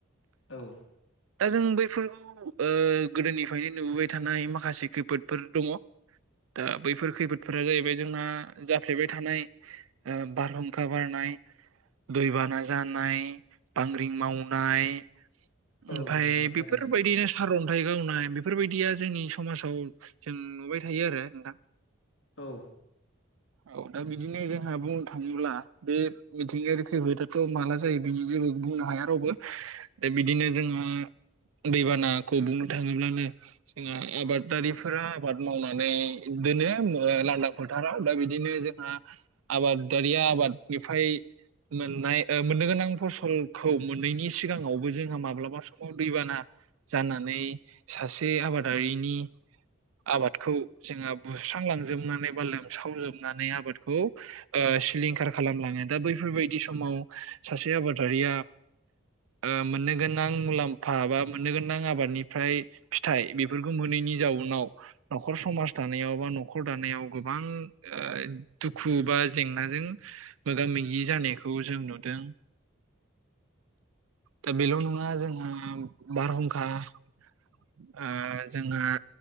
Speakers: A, on the left; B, on the right.
A: औ
B: दा जों बै <unintelligible> गोदोनिफ्रायनो नुबोबाय थानाय माख माखासे खैफोदफोर दङ दा बैफोर खैफोदफोरा जाहैबाय जोंना जाफ्लेबाय थानाय बारहुंखा बारनाय दैबाना जानाय बांग्रिं मावनाय
A: औ
B: ओमफ्राय
A: औ नोंथां थारैनो
B: बेफोरबायदिनो
A: नंगौ
B: सार अन्थाइ गावनाय बेफोरबायदिया जोंनि मासाव जों नुबाय थायो आरो नोंथां
A: औ।
B: औ दा बिदिनो जोंहा बुंनो थाङोब्ला बे मिथिंगायारि खैफोदाथ' माला जायो बेनि जेबो बुंनो हाया रावबो दा बिदिनो जोंहा दैबानाखौ बुंनो थाङोब्लानो जोंहा आबादारिफोरा आबाद मावनानै दोनो लांदां फोथाराव दा बिदिनो जोंहा आबाद आरिया आबादनिफ्राय मोननाय मोननो गोनां फसलखौ मोनैनि सिगाङावबो जोंहा माब्लाबा समाव दैबाना जानानै सासे आबाद रिनि आबादखौ जोंहा बुस्रांलांजोबनानै बा लोमसावजोब नुनानै आबादखौ ओ सिलिंखार खालामलांङो दा बैफोरबाय समाव सासे आबादारिया ओ मोननो गोनां मुलाम्फा बा मोन्नो गोनां आबाद निफ्राय फिथाइ बेफोरखौ मोननैनि जाउनाव न'खर समाज दानायाव बा न'खर दानायाव गोबां ओ दुखु हुबा जेंनाजों मोगा मोगि जानायखौ जों नुदों दा बेल' नङा जोंहा बारहुंखा ओ जोंहा